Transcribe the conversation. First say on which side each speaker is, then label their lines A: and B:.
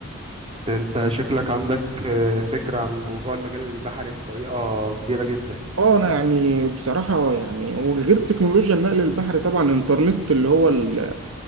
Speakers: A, on the right; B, on the right.
A: انت شكلك عندك آه، فكرة عن موضوع المجال البحري بطريقة كبيرة جدا
B: اه انا يعني بصراحة يعني وغير تكنولوجيا النقل البحري طبعا انترنت اللي هو ال...